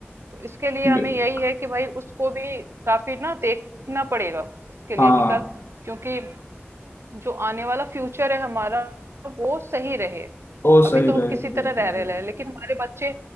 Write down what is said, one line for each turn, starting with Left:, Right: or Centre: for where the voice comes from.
Right: तो इसके लिए
Left: बि-
Right: हमें यही है कि भाई उसको भी काफी ना देखना पड़ेगा इसके लिए
Left: हाँ
Right: कि क्या क्योंकि जो आने वाला फ्यूचर है हमारा वो सही रहे
Left: वो सही
Right: अभी तो हम
Left: रहे
Right: किसी
Left: बिल्कुल
Right: तरह रह रहे
Left: बिल्कुल
Right: हैं लेकिन हमारे बच्चे